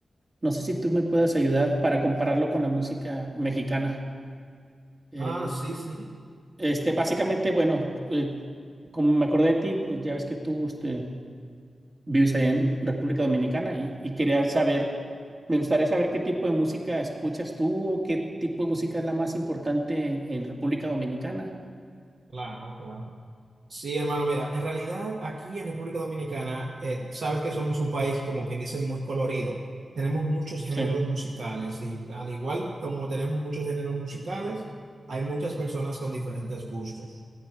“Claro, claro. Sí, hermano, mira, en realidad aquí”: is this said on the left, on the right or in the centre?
Right